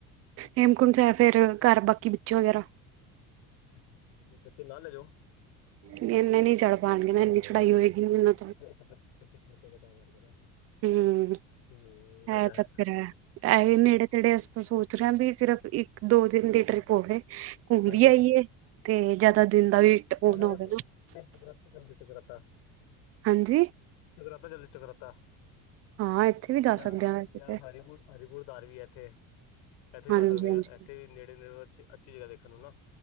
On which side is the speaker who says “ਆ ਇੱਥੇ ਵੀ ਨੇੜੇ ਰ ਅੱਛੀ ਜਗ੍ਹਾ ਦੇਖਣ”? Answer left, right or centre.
Left